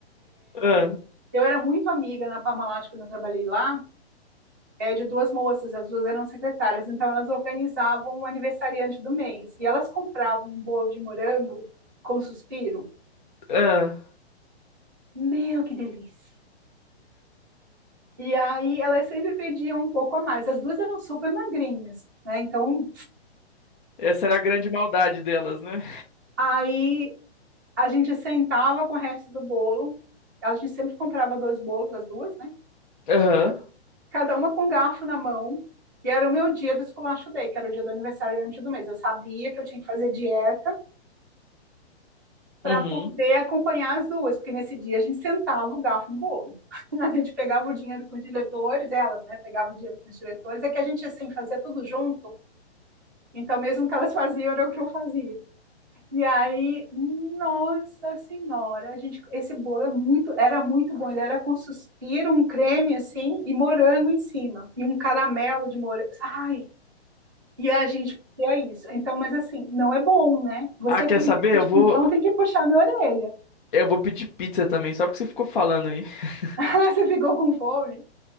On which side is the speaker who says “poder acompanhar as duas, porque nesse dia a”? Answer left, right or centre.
Right